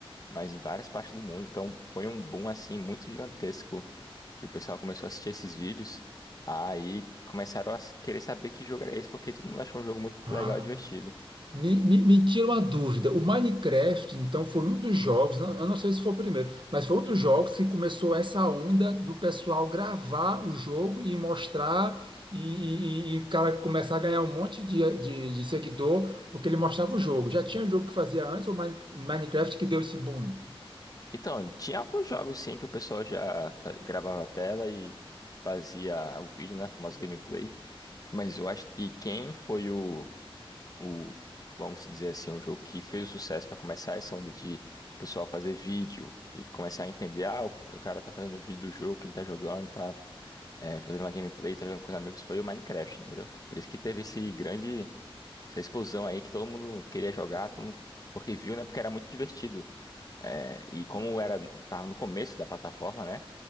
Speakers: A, on the left (about 40°); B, on the right (about 55°).
A: mas em várias partes do mundo. Então foi um boom, assim, muito gigantesco que o pessoal começou a assistir esses vídeos. Aí começaram a querer saber que jogo era esse, porque todo mundo achou um jogo muito
B: Ah,
A: legal e divertido.
B: Me, me, me tira uma dúvida. O Minecraft, então, foi um dos jogos, não- eu não sei se foi o primeiro, mas foi um dos jogos que começou essa onda do pessoal gravar o jogo e mostrar, e, e- e e o cara começar a ganhar um monte de, de, de seguidor, porque ele mostrava o jogo. Já tinha jogo que fazia antes, o Mine- Minecraft que deu esse boom.
A: Então, tinha alguns jogos sim que o pessoal já fa- gravava a tela e fazia o vídeo, né? A famosa gameplay. Mas eu acho que quem foi o, o vamos dizer assim, um jogo que fez o sucesso para começar essa onda de o pessoal fazer vídeo e começar a entender, ah, o, o cara tá fazendo um vídeo do jogo que ele tá jogando, tá eh, fazendo uma gameplay, tá jogando com os amigos, foi o Minecraft, entendeu? É Por isso que teve esse grande, essa explosão aí que todo mundo queria jogar, todo mundo, porque viu, né? Porque era muito divertido. É, e como era, tava no começo da plataforma, né?